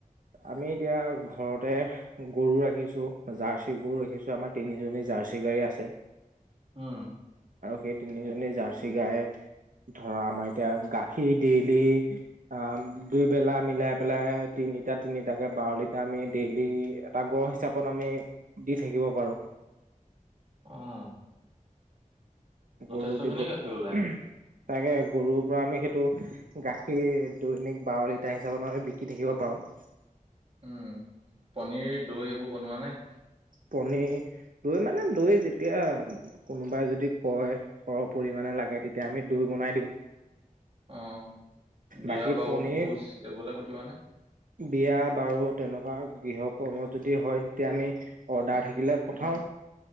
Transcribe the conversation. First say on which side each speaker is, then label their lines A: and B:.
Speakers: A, on the right; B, on the right.
A: আমি এতিয়া ঘৰতে গৰু ৰাখিছো জাৰ ৰাখিছো আমাৰ তিনিজনী জাৰ্চি গাই আছে
B: উম
A: আৰু সেই তিনিজনী জাৰ্চি গাইত ধৰা আমাৰ এতিয়া গাখীৰ দেইলি আ দুই বেলা মিলাই পেলাই তিনিটা তিনিটাকৈ বাৰ লিটাৰ আমি ডেইলি এটা গড় হিচাপত আমি দি থাকিব পাৰোঁ
B: অ', যথেষ্ট
A: গৰু ব্যৱহাৰ
B: খিনি গাখীৰ ওলাই,
A: তাকে গৰু পৰা আমি সেইটো গাখীৰ দৈনিক বাৰ টাৰ হিচাপত আমি বিকি থাকিব পাৰোম
B: উম পনীৰ দৈ এইবোৰ বনোৱা নে
A: পনীৰ দৈ মানে দৈ যেতিয়া কোনোবাই যদি কয় সৰহ পৰিমাণে লাগে তেতিয়া আমি দৈ বনাই দিওঁ
B: অ', বিয়া
A: বাকী
B: বাৰু
A: পনীৰ
B: ভোজ এইবোৰলে পঠিওৱা নে?
A: বিয়া বাৰু তেনেকুৱা গৃহ কৰ্ম যদি হয় তেতিয়া আমি অৰ্ডাৰ
B: উম
A: থাকিলে পঠাও